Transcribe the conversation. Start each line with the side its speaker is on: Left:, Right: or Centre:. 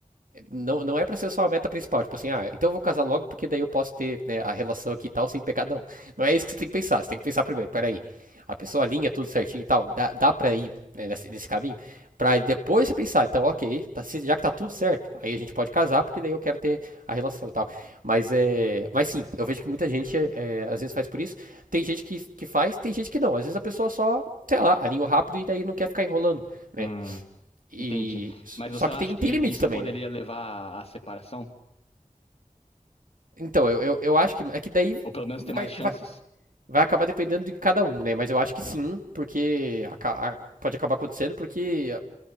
Right: não, não é pra ser só a meta principal, tipo assim, ah, então eu vou casar logo porque daí eu posso ter né, a relação aqui e tal sem pecar. Não, não é isso que você tem que pensar, você tem que pensar primeiro, peraí, a pessoa alinha tudo certinho e tal, dá, dá pra ir né, nesse, nesse caminho, pra depois você pensar, então, ok, tá, já que tá tudo certo, aí a gente pode casar porque daí eu quero ter a relação e tal. Mas, é, mas sim, eu vejo que muita gente é, às vezes faz por isso, tem gente que, que faz, tem gente que não, às vezes a pessoa só, sei lá, alinha rápido e daí não quer ficar enrolando, né?
Left: Hum,
Right: E,
Left: entendi. Mas
Right: só
Left: você
Right: que
Left: não
Right: tem,
Left: acha que
Right: tem
Left: isso
Right: limite também,
Left: poderia
Right: né?
Left: levar à separação?
Right: Então, eu, eu, eu acho que. É que daí
Left: Ou pelo menos
Right: vai,
Left: ter mais chances?
Right: vai, vai acabar dependendo de cada um, né? Mas eu acho que sim, porque aca- a- pode acabar acontecendo, porque